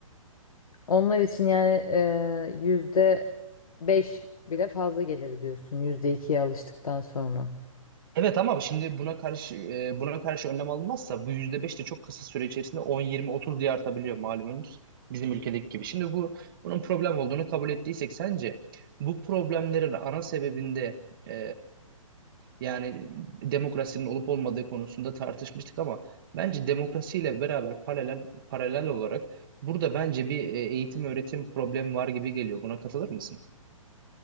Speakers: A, on the left; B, on the right.
A: Onlar için yani e, yüzde beş bile fazla gelir diyorsun. Yüzde ikiye alıştıktan sonra.
B: Evet ama şimdi buna karşı e, buna karşı önlem alınmazsa bu %5 de çok kısa süre içerisinde 10, 20, 30 diye artabiliyor malumunuz bizim ülkedeki gibi. Şimdi bu bunun problem olduğunu kabul ettiysek sence bu problemlerin ana sebebinde e, yani demokrasinin olup olmadığı konusunda tartışmıştık ama bence demokrasiyle beraber paralel paralel olarak burada bence bir e, eğitim öğretim problemi var gibi geliyor. Buna katılır mısın?